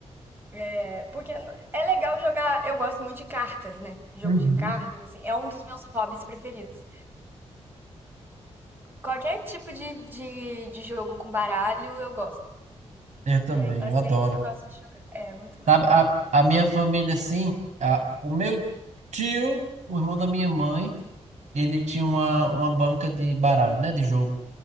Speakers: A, on the right; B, on the right.
A: é, porque é legal jogar. Eu gosto muito de cartas, né? Jogo
B: Uhum.
A: de cartas, assim. É um dos meus hobbies preferidos. Qualquer tipo de, de, de jogo com baralho eu gosto.
B: Eu também,
A: E aí, paciência,
B: eu adoro.
A: eu gosto de jogar. É muito maneiro.
B: Sabe, a, a minha família, assim, a, o meu tio, o irmão da minha mãe. ele tinha uma, uma banca de baralho, né, de jogo.